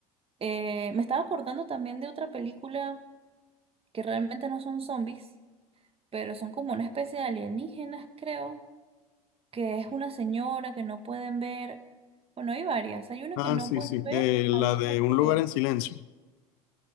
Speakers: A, on the right; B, on the left.
A: Eh, me estaba acordando también de otra película que realmente no son zombies, pero son como una especie de alienígenas, creo que es una señora que no pueden ver. Bueno, hay varias. Hay una
B: Ah,
A: que no
B: sí,
A: pueden
B: sí,
A: ver,
B: eh, la
A: hay otras
B: de un
A: que
B: lugar en silencio,